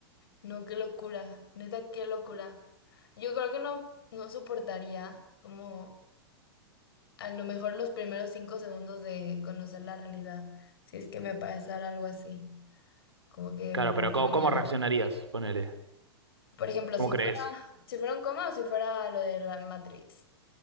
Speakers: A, on the left (about 60°); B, on the right (about 85°).
A: no, qué locura, neta, qué locura. Yo creo que no, no soportaría como a lo mejor los primeros cinco segundos de conocer la realidad, si es que me pasara algo así, como que
B: Claro,
A: me volvería-
B: pero ¿cómo, cómo reaccionarías? Ponele.
A: Por ejemplo,
B: ¿Cómo
A: si
B: crees?
A: fuera, si fuera un coma o si fuera lo de la Matrix.